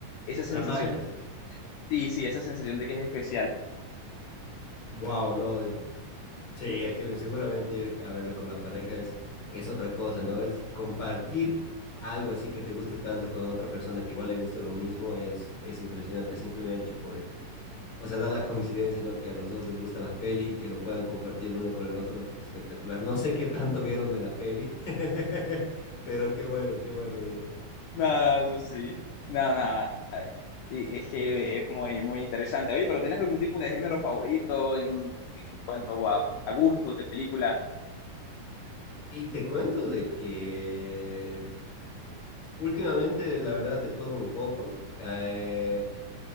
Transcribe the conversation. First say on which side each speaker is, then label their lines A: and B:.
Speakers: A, on the left; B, on the left.
A: esa sensación.
B: la magia. <laughs>
A: Sí, sí, esa sensación de que es especial.
B: Wow, no, es- sí, es que seguramente ir a verla con la pareja es, es otra cosa, ¿no? Es compartir algo así que te guste tanto con otra persona que igual le gusta lo mismo, es, es impresionante, simple hecho por él. O sea, da la coincidencia, ¿no? Que a los dos les gusta la peli y que lo puedan compartir el uno con el otro. Espectacular. No sé qué tanto vieron de la peli, <laughs> pero qué bueno, qué bueno vieron.
A: Nada, eso sí. Nada, nada. Y es que es muy, muy interesante. Oye, pero ¿tienes algún tipo de género favorito en, en cuanto a, a gustos de películas?
B: Y te cuento de que últimamente, la verdad, de todo un poco. Eh,